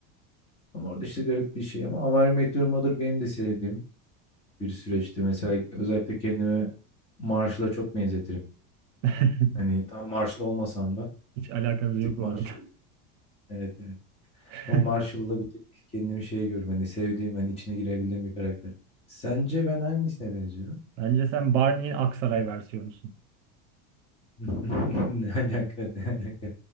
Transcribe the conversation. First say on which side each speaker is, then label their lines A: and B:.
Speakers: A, on the left; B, on the right.
A: Ama orada işte garip bir şey. Ama How I Met Your Mother benim de sevdiğim bir süreçti. Mesela özellikle kendimi Marshall'a çok benzetirim.
B: <laughs>
A: Hani tam Marshall olmasam da
B: Hiç alakanız
A: bir
B: yok
A: tık
B: bu
A: Marshall.
B: arada.
A: Evet evet.
B: <laughs>
A: Ama Marshall'la bir tık kendimi şey görüyorum. Hani sevdiğim, hani içine girebildiğim bir karakter. Sence ben hangisine benziyorum?
B: Bence sen Barney'in Aksaray versiyonusun.
A: <laughs> Ne alaka, ne alaka?